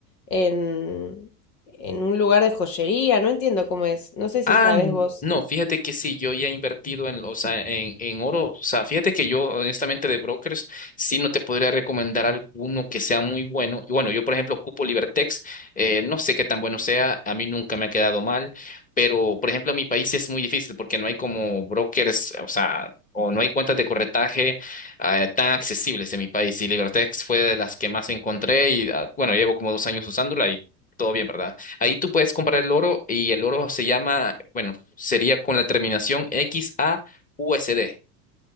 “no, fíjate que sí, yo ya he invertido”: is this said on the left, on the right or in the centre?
Left